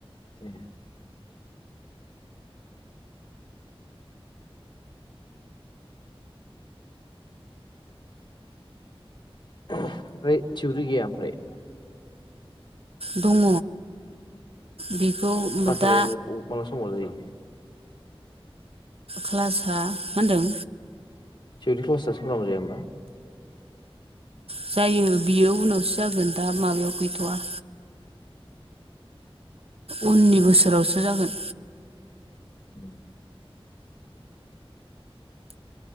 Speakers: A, on the left; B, on the right.
A: दे फ्राय थिउरि गैया ओमफ्राय
B: दङ बेखौ
A: ख्लाससालाय
B: दा
A: अबे मा समाव जायो
B: क्लासा मा होनदों?
A: थिवरि क्लाससो फोरांगौ जाया होनबा
B: जायो बियो उनावसो जागोन दा माबायाव गैथ'वा उननि
A: उम
B: बोसोरावसो जागोन
A: उम